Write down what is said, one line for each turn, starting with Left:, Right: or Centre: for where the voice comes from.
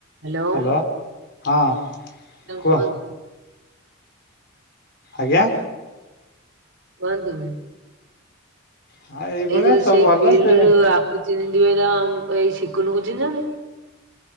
Right: Hello.
Left: Hello ହଁ କୁହ।
Right: କୁହନ୍ତୁ
Left: ଆଜ୍ଞା।
Right: କୁହନ୍ତୁ।
Left: ହଁ ଏଇଭଳିଆ
Right: ଏଇ ଯୋଉ
Left: ସବୁ
Right: ସେଇ
Left: ଭଲ
Right: ଫିଲ୍ଡ
Left: ସେ
Right: ରୁ ଆକୁ ଚିହ୍ନିଥିବେ ତ, ଏଇ ସିକୁନୁ କୁ ଚିହ୍ନିଛନ୍ତି?